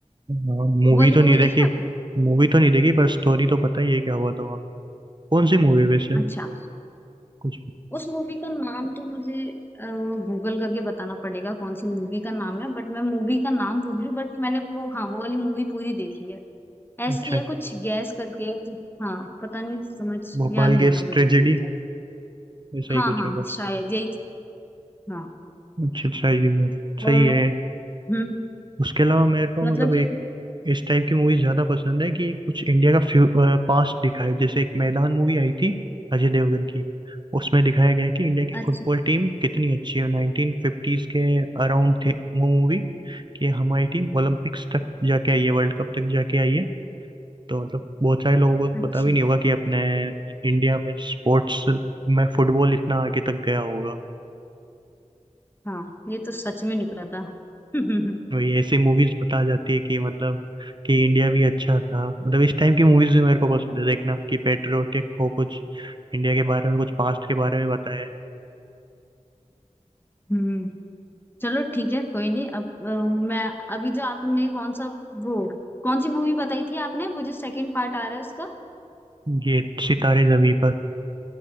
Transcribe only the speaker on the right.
हाँ मूवी
तो
नहीं
देखी
मूवी तो नहीं देखी पर स्टोरी तो पता ही है क्या हुआ था वहाँ पे कौन सी मूवी है वैसे
कुछ
अच्छा
अच्छा।
भोपाल
गैस
ट्रेजेडी
ऐसा ही
कुछ
होगा
अच्छा अच्छा ये मतलब सही
है
उसके अलावा मेरे को
मतलब
एक इस टाइप की मूवी ज्यादा पसंद है कि कुछ इंडिया का फ्यू पास्ट दिखाए जैसे एक मैदान मूवी आई थी अजय देवगन की उसमें दिखाया गया है कि इंडिया की
फुटबॉल टीम कितनी अच्छी है नाइनटीन फिफ्टीज के अराउंड थे वो मूवी कि हमारी टीम ओलंपिक्स तक जाके आई है वर्ल्ड कप तक जाके आई है तो मतलब बहुत सारे लोगों को
पता भी नहीं होगा कि अपने इंडिया में स्पोर्ट्स में फुटबॉल इतना आगे तक गया होगा
वही ऐसे मूवीज बता जाती है कि मतलब कि इंडिया भी अच्छा था मतलब इस टाइम की मूवीज भी मेरे को पसंद है देखना कि पेट्रियोटिक हो कुछ इंडिया के बारे में कुछ पास्ट के बारे में बताए
ये सितारे जमी पर